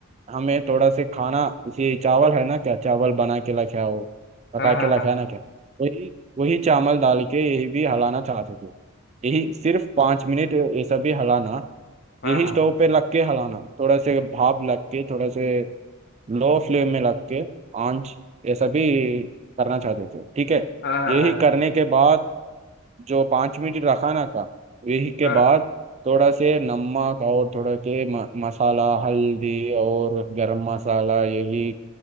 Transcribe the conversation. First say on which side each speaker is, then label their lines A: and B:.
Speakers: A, on the right; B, on the left.
A: हमें थोड़ा से खाना इसे चावल है ना क्या चावल बना के रखा हो पका
B: हाँ
A: के
B: हाँ हाँ
A: रखा है ना क्या वही वही चावल डाल के यही भी हलाना चाहते थे यही सिर्फ पाँच मिनट ऐसा भी हलाना
B: हाँ
A: यही
B: हाँ
A: स्टोव पे लग के हलाना थोड़ा से भाप लग के थोड़ा से लो फ्लेम में लग के आंच ये सभी करना चाहते थे ठीक है
B: हाँ हाँ
A: यही
B: हाँ
A: करने के बाद जो पाँच मिनट रखाना था यही के
B: हाँ
A: बाद थोड़ा से नमक और थोड़ा के म, मसाला हल्दी और गरम मसाला यही